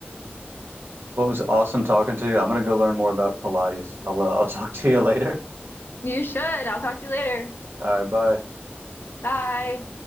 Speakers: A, on the right; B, on the left.
A: Well, it was awesome talking to you. I'm gonna go learn more about Pilates. I'll uh, I'll <laughs> talk to you later.
B: You should. I'll talk to you later.
A: All right, bye.
B: Bye.